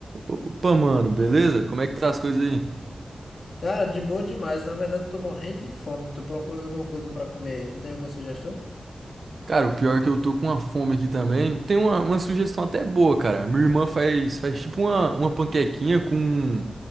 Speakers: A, on the right; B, on the left.
A: Opa, mano, beleza? Como é que tá as coisas aí?
B: Cara, de boa demais. Na verdade, eu tô morrendo de fome. Tô procurando alguma coisa pra comer aí. Tu tem alguma sugestão?
A: Cara, o pior é que eu tô com uma fome aqui também. Tem uma, uma sugestão até boa, cara. Minha irmã faz, faz tipo uma, uma panquequinha com,